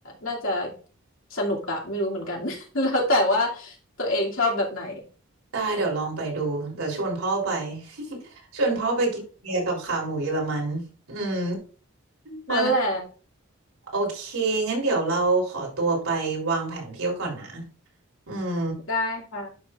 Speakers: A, on the left (about 70°); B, on the right (about 90°).
A: น่าจะสนุกอะไม่รู้เหมือนกัน <laughs> แล้วแต่ว่าตัวเองชอบแบบไหน
B: ได้เดี๋ยวลองไปดูเดี๋ยวชวนพ่อไป <laughs> ชวนพ่อไปกินเบียร์กับขาหมูเยอรมัน อืมพอนะ
A: นั่นแหละ
B: โอเค งั้นเดี๋ยวเราขอตัวไปวางแผนเที่ยวก่อนนะ อืม
A: ได้ค่ะ